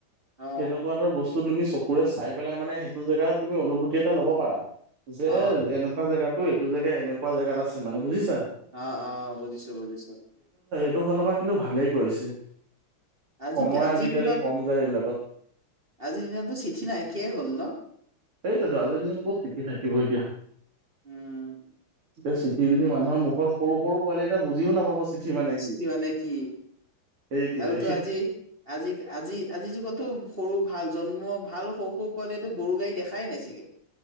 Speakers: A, on the right; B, on the right.
A: অ
B: সেনেকুৱা এটা বস্তু তুমি চকুৰে চাই পেলাই মানে এইটো জেগাত তুমি অনুভূতি এটা ল'ব পাৰা যে
A: অ
B: এনেকুৱা জেগাত তো এইটো জোই এনেকুৱা জেগাত আছে মান বুজিছা
A: আহ অ বুজিছো বুজিছো
B: সটো ফালৰ পৰা কিন্তু ভালেই কৰিছে
A: আজি
B: সময়
A: আজিৰ
B: আজিকালি
A: দিনত
B: কম যায় এইবিলাকত
A: আজিৰ দিনতো চিঠি নাইকিয়াই হ'ল ন
B: সটোতো আজিৰ দিনত ক'ত চিঠি থাকিব এতিয়া
A: উম
B: এতি চিখি মানুহৰ মুখ সৰু সৰু পোৱালি এতিয়া বুজিও নাপাব চিঠি মানে কি।
A: চিঠি মানে কি।
B: সেইটোৱে
A: আৰু তো আজি আজি আজি আজি যুগটো সৰু ভাল জন্ম ভাল সৰু সৰু পোৱালিতো গৰু গাড়ী দেখাই নাই চাগে